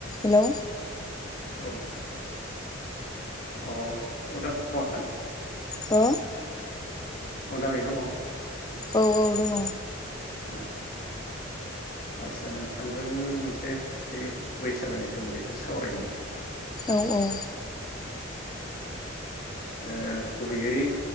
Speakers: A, on the left; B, on the left.
A: Hello
B: औ औ उदाङै दङ ना?
A: हो
B: उदाङै दङ?
A: औ औ दङ।
B: अ आदसा नोंथांजों मोनसे बे बैसागोनि सोमोन्दैसो सावरायनो
A: औ औ
B: ओ गुबैयै